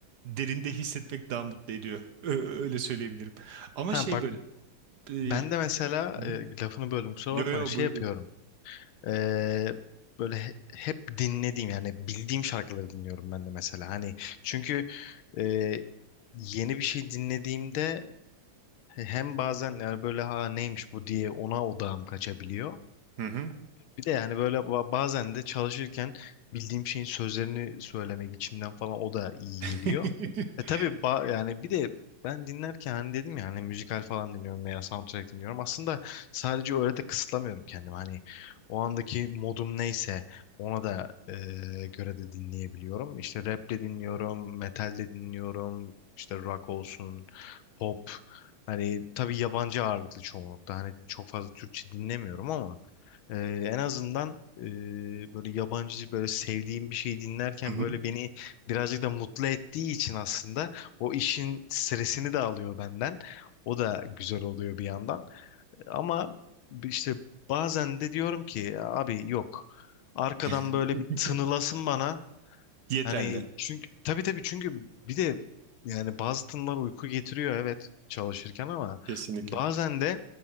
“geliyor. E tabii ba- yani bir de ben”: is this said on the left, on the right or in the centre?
Left